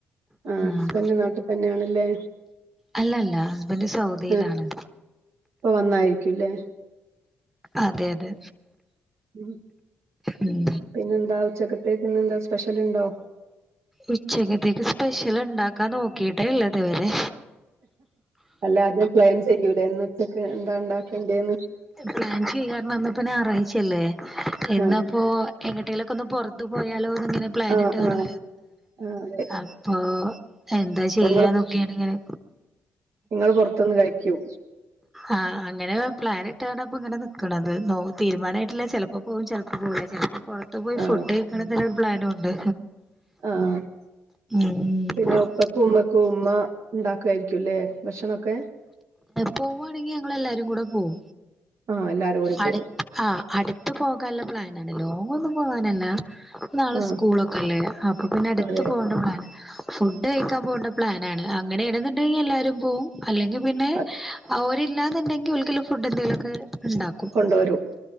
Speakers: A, on the right; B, in the centre.
A: ആ
B: ഉം
A: ഹസ്ബൻഡ് നാട്ടിൽ തന്നെയാണല്ലേ
B: അല്ല അല്ല ഹസ്ബൻഡ് സൗദിയിലാണ്
A: ആ ഇപ്പൊ വന്നതായിരിക്കും ല്ലേ?
B: അതെ അതെ
A: ഉ
B: ഉം
A: പിന്നെന്താ ഉച്ചക്കത്തേക്ക് ന്ന്ന്താ സ്പെഷ്യൽണ്ടോ?
B: ഉച്ചക്കത്തേക്ക് സ്പെഷ്യൽ ഉണ്ടാക്കാൻ നോക്കിട്ടേല്ലിതുവരെ
A: അല്ലാദ്യം പ്ലെൻ ചെയ്യൂലേ ഇന്ന് ഉച്ചക്ക് എന്താ ഉണ്ടാക്കേണ്ടേന്ന്?
B: പ്ലാൻ ചെയ്യാരുന്ന് ന്നിപ്പോ ഞായാറായിച്ചല്ലേ ഇന്നിപ്പോ
A: ആ
B: എങ്ങട്ടേയിലൊക്കെ ഒന്ന് പുറത്തു പോയാലോ ന്നിങ്ങനെ പ്ലാനിട്ടാണ്
A: ആ ആ ആ അതെ
B: അപ്പൊ എന്താ
A: ഇപ്പൊ
B: ചെയ്യാ നോക്കിയാണ് ഇങ്ങനെ
A: നിങ്ങള് പുറത്തുന്ന് കഴിക്കോ?
B: ആഹ അങ്ങനെ പ്ലാനിട്ടാണ്ടാ ഇപ്പ ഇങ്ങനെ നിക്കണത് നോ തീരുമാനായിട്ടില്ല ചെലപ്പം പോവും ചെലപ്പം പോവൂല ചെൽപം പൊർത്ത് പോയി
A: ആ
B: ഫുഡഴി
A: ആ
B: ക്കണംന്ന്ള്ള രു പ്ലാനൂണ്ട്
A: ആ <unintelligible>
B: ഉം
A: കുമ്മക്ക ഉമ്മ ഉണ്ടാക്കായിരിക്കുംല്ലേ ഭക്ഷണൊക്കെ.
B: പോവ്വാണെങ്കി ഞങ്ങളെല്ലാരുങ്കൂടെ പോവും
A: ആഹ എല്ലാരും കൂടി പോകും.
B: അടു ആഹ് അടുത്ത് പോകാന്ള്ളപ്ലാന്ണ്ട് ലോങ്ങൊന്നും പോവാനല്ല. നാളെ
A: ആഹ്
B: സ്കൂളൊക്കെല്ലേ അപ്പൊ പിന്നെ അടുത്ത്
A: അതെ
B: പോകണ്ട. ഫുഡ് കഴിക്കാൻ പോവണ്ട പ്ലാനാണ്ണ് അങ്ങനെ ആണ് നിണ്ടെങ്കിൽ എല്ലാവരും പോകും. അല്ലെങ്കിൽ പിന്നെ
A: അ-
B: അവര്ല്ലാന്നുണ്ടെങ്കിൽ ഓല്ക്കില ഫുഡ് എന്തൊലൊക്ക. ഇണ്ടാക്കും
A: കൊണ്ടുവരും